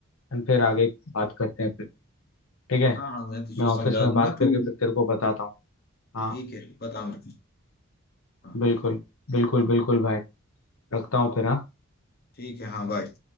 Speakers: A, on the left; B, on the left.
A: एंड फिर आगे बात करते हैं फिर ठीक है
B: हाँ हाँ मैं तुझे
A: मैं ऑफिस
B: समझा
A: में
B: दूंगा
A: बात
B: तू
A: करके फिर तेरे को बताता हूँ हाँ
B: ठीक है बता मेरे को हाँ
A: बिल्कुल बिल्कुल बिल्कुल भाई रखता हूँ फिर हाँ
B: ठीक है हाँ बाय